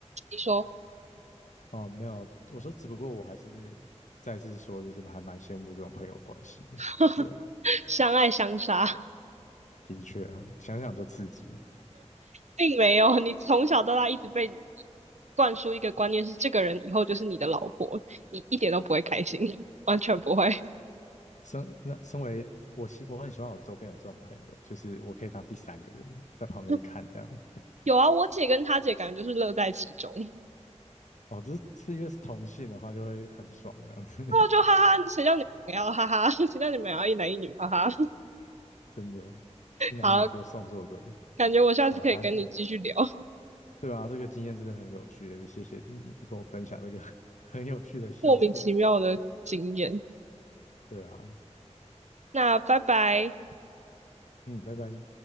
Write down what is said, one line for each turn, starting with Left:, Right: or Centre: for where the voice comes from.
Right: 你说。
Left: 哦没有，我说只不过我还是再次说，就是还蛮羡慕这种朋友关系的，
Right: <laughs>
Left: 对啊，
Right: 相爱相杀，
Left: 的确啊，想想就刺激。
Right: 并没有。你从小到大一直被灌输一个观念是，这个人以后就是你的老婆，你一点都不会开心，完全不会。
Left: 身那身为我喜我很喜欢我周边有这种朋友，就是我可以当第三个人在旁边看这样。
Right: <laughs> 有啊，我姐跟她姐感觉就是乐在其中，然
Left: 哦，这这越是同性的话，就会很爽这样子，
Right: 后就哈哈，谁叫你们要哈哈，<laughs> 谁叫你们要一男一女哈哈。
Left: <laughs> 真的，一男一女就送作对。
Right: 好，感觉我下次可以跟你继续聊
Left: 好了，还
Right: <laughs>
Left: 对啊，这个经验真的很有趣，谢谢你跟我分享这个 <laughs> 很有趣的笑点。
Right: 莫名其妙的经验。
Left: 对啊，
Right: 那拜拜。
Left: 嗯，拜拜。